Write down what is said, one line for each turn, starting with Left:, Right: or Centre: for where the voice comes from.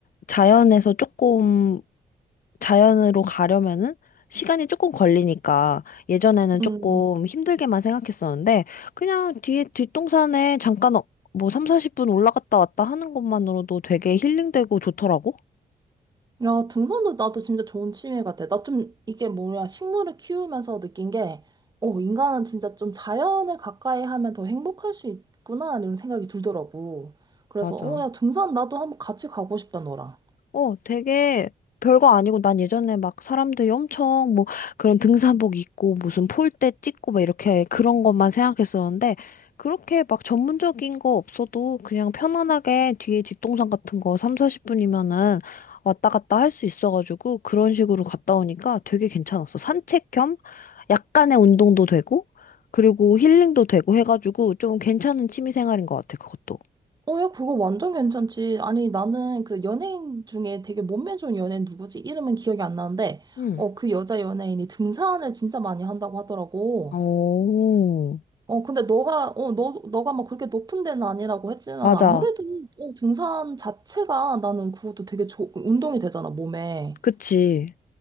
Left: 자연에서 조금, 자연으로 가려면은 시간이 조금 걸리니까, 예전에는
Right: 음.
Left: 조금 힘들게만 생각했었는데, 그냥 뒤에 뒷동산에 잠깐 어- 뭐삼 40분 올라갔다 왔다 하는 것만으로도 되게 힐링되고 좋더라고.
Right: 야, 등산도 나도 진짜 좋은 취미 같아. 나 좀 이게 뭐냐, 식물을 키우면서 느낀 게, 어, 인간은 진짜 좀 자연을 가까이 하면 더 행복할 수 있구나, 이런 생각이 들더라고. 그래서,
Left: 맞아.
Right: 어, 야, 등산 나도 한번 같이 가고 싶다, 너랑.
Left: 어, 되게 별거 아니고 난 예전에 막 사람들이 엄청 뭐 그런 등산복 입고 무슨 폴대 찍고 막 이렇게 그런 것만 생각했었는데 그렇게 막 전문적인 거 없어도 그냥 편안하게 뒤에 뒷동산 같은 거 3, 40분이면은 왔다 갔다 할 수 있어가지고 그런 식으로 갔다 오니까 되게 괜찮았어. 산책 겸 약간의 운동도 되고 그리고 힐링도 되고 해가지고 좀 괜찮은 취미 생활인 것 같아, 그것도.
Right: 어, 야, 그거 완전 괜찮지. 아니, 나는 그 연예인 중에 되게 몸매 좋은 연예인 누구지? 이름은 기억이 안 나는데,
Left: 응.
Right: 어, 그 여자 연예인이 등산을 진짜 많이 한다고 하더라고.
Left: 오,
Right: 어, 근데 너가, 어, 너, 너가 막 그렇게 높은 데는 아니라고 했지만,
Left: 맞아.
Right: 아무래도, 어, 등산 자체가 나는 그것도 되게 좋 운동이 되잖아, 몸에.
Left: 그치.